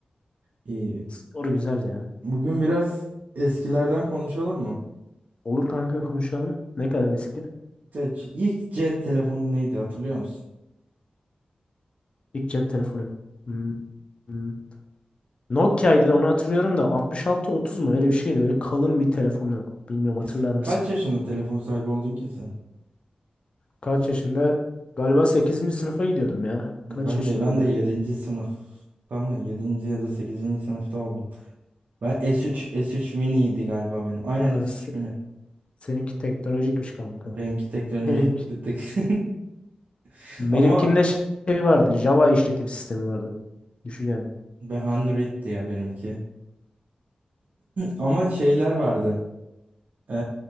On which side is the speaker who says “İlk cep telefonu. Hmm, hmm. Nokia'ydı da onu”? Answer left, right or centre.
Left